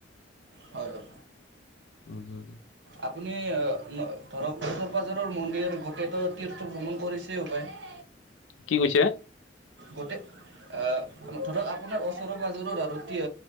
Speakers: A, on the right (about 65°); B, on the left (about 80°).
A: হয় হয়
B: উম হুম
A: আপুনি ধৰক ওচৰ পাজৰৰ মন্দিৰ গোটেইটো তীৰ্থ ভ্ৰমণ কৰিছেই পায়
B: কি কৈছে
A: গোটেই আহ ধৰক আপোনাৰ ওচৰৰ পাজৰৰ আৰু তি